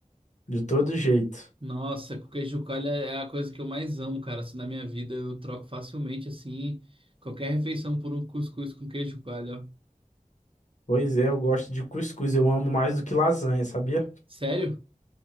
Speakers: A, on the left; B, on the right.
A: De todo jeito.
B: Nossa, com queijo coalho é é a coisa que eu mais amo, cara. Assim, na minha vida eu troco facilmente, assim, qualquer refeição por um cuscuz com queijo coalho, ó.
A: Pois é, eu gosto de cuscuz. Eu amo mais do que lasanha, sabia?
B: Sério?